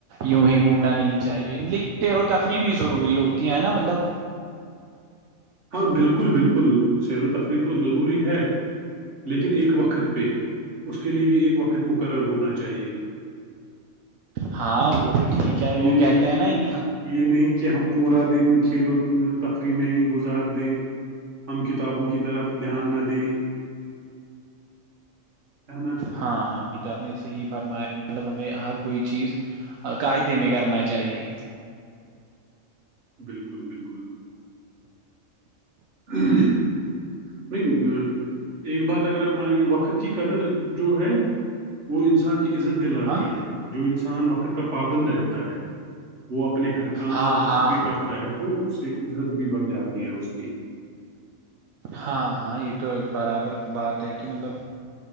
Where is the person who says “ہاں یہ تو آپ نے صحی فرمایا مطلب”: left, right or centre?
Right